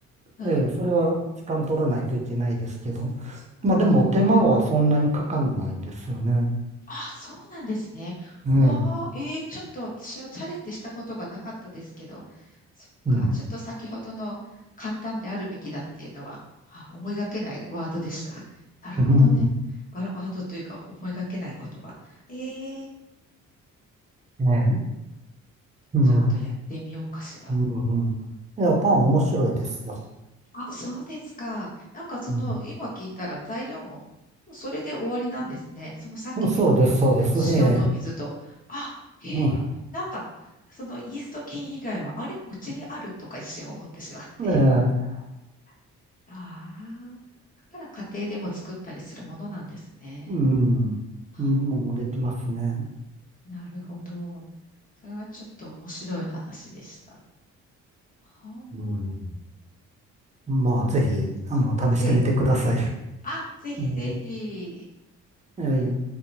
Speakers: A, on the left; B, on the right.
A: うん、
B: ええ、ええそれは時間取らないといけないですけど、
A: ふんふんふん。
B: まあ、でも手間はそんなにかかんないんですよね。
A: あ、そうなんですね。
B: ええ、うん、
A: うわあ、えー、ちょっと私はチャレンジしたことがなかったですけど、そっか、
B: うん、
A: ちょっと先ほどの簡単であるべきだっていうのは、あ、思いがけないワードでした。なるほどね。
B: うん
A: ワ、ワードというか、思いがけない言葉。えー、
B: ええ、うん、
A: ちょっとやってみようかしら。
B: うん、うん。いや、
A: うーん
B: パン面白いですよ。
A: あ、そうですか。なんかその、
B: うん、
A: 今聞いたら材料も、それで終わりなんですね。そのさっきピザの時の塩と水と。
B: うんそうです、そうです。ええ、
A: あ、えー
B: うん、
A: なんか、そのイースト菌以外は、あれうちにあるとか一瞬思ってしまって。
B: ええ
A: <laughs> ああ、だから家庭でも作ったりするものなんですね。
B: うん。
A: ほ
B: うん、もうできますね。
A: うなるほど。それはちょっと面白い話でした。はあ
B: うん。まあ、ぜひ、あの、試してみてください。
A: で、あ、ぜひぜひ。
B: うんええ。